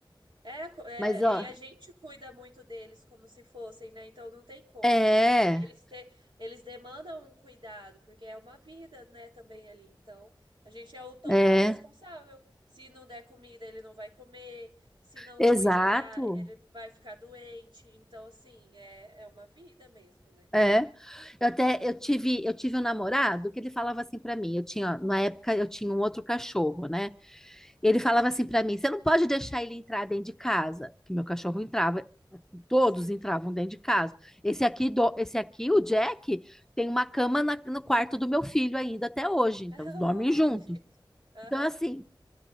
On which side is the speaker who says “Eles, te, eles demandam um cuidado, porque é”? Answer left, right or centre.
Right